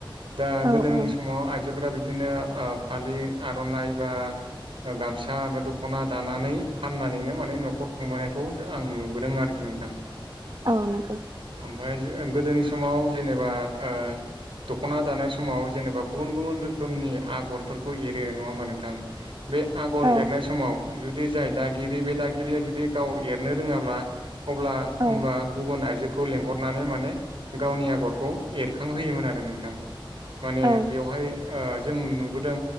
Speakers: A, on the right (about 70°); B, on the right (about 50°).
A: दा
B: औ
A: गोदोनि
B: औ
A: समाव आइजो आयजोफोरा बिदिनो ओ फालि आर'नाइ बा गामसा बा दख'ना दानानै फाननानैनो माने न'खर खुंबोनायखौ आं नुबोदों आरोखि नोंथां।
B: औ नंगौ।
A: माय गोदोनि समाव जेनेबा ओ दख'ना दानाय समाव जेनेबा गुबुन गुबुन रोखोम- रोखोमनि आगरफोरखौ एरो नङा होमबा नोंथां बे आगर
B: औ
A: एरनाय समाव जुदि जाय दागिरि बे दागिरिया जुदि गाव एरनो रोङाब्ला अब्ला
B: औ
A: होमबा गुबुन आइजो- खौ लिंहरनानै माने गावनि आगरखौ एरखां होयोमोन आरो नोंथां। माने
B: औ
A: बेवहाय ओ जों नुबोदों